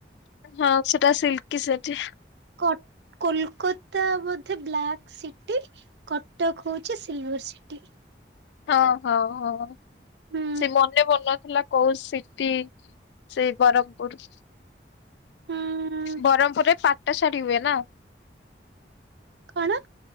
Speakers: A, on the left; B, on the right.
A: ଉଁ ହଁ ସେଟା ସିଲ୍ କି ସେଠି।
B: କଟ୍ କୋଲ୍ କତା ବୋଧେ ବ୍ଲାକ୍ ସିଟି? କଟକ୍ ହୋଉଛି ସିଲଭର୍ ସିଟି।
A: ହଁ ହଁ ହଁ।
B: ହୁଁ
A: ସେ ମନେ ପଡ଼ୁନଥିଲା କୋଉ ସିଟି ସେ ବ୍ରହ୍ମପୁରୁ।
B: ହୁଁ
A: ବରମ୍ ପୁର୍ ରେ ପାଟ ଶାଢ଼ୀ ହୁଏ ନା?
B: କଣ?